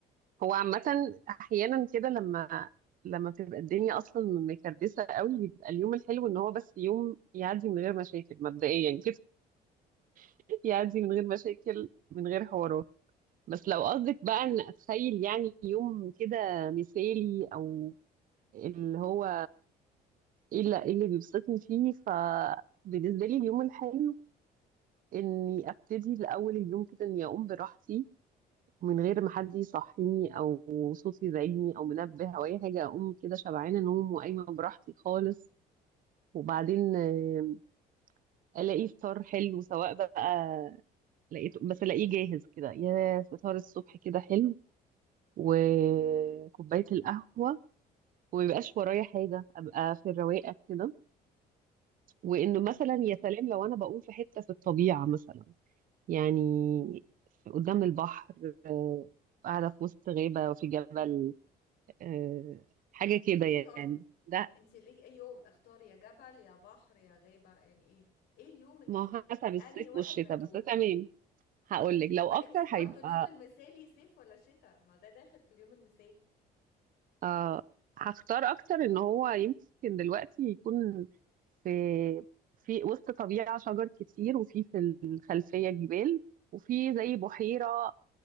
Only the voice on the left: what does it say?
مم.
اختاري
انت ليه ايه يوم اختاري يا جبل يا بحر يا غابة يعني ايه ايه اليوم المثالي
انهي واحد
من دول
ما
انت برضو
اليوم المثالي صيف ولا شتاء ما ده داخل في اليوم المثالي